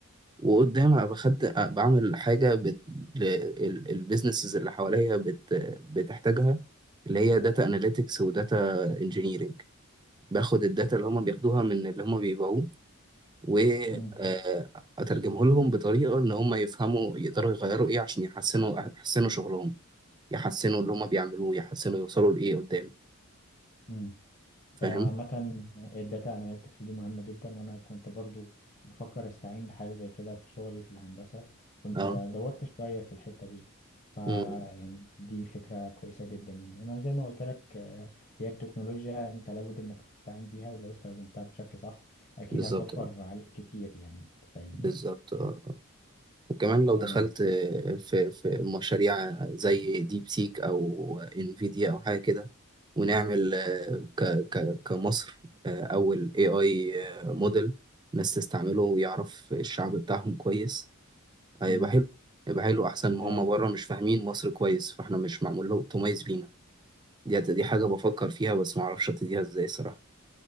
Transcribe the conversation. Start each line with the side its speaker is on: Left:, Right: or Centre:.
Right: وقدام ابقى خدت بعمل حاجه بت... ل... ال- البيزنسز اللي حواليا بت... بتحتاجها اللي هي داتا اناليتكس وداتا انجينيرنج باخد الداتا اللي هم بياخدوها من اللي هم بيبيعوه واترجمه
Left: مم.
Right: لهم بطريقه ان هم يفهموا يقدروا يغيروا ايه عشان يحسنوا يحسنوا شغلهم يحسنوا اللي هم بيعملوه يحسنوا يوصلوا لايه قدام
Left: امم
Right: فاهم
Left: عامة آه، الداتا اناليتكس دي مهمة جدا وانا كنت برضو بفكر استعين بحاجة زي كده في شغلي في الهندسة كنت
Right: اه
Left: دورت شوية في الحتة دي ف يعني
Right: مم.
Left: دي فكرة كويسة جدا يعني وانا زي ما قلت لك آه، هي التكنولوجيا انت لابد انك تستعين بيها ولو استخدمتها بشكل صح اكيد
Right: بالظبط
Left: هتوفر عليك كتير يعني فاهمني
Right: بالظبط آه. وكمان لو
Left: تمام
Right: دخلت في في مشاريع زي ديب سيك او انفيديا او حاجه كده ونعمل
Left: امم
Right: ك ك كمصر اول اي اي موديل الناس تستعمله ويعرف الشعب بتاعهم كويس هيبقى
Left: امم
Right: حلو هيبقى حلو احسن
Left: ده
Right: ما هم بره مش فاهمين مصر كويس فاحنا مش معمول له اوبتمايز لينا دي دي حاجه
Left: بالظبط
Right: بفكر فيها بس ما اعرفش ابتديها ازاي صراحه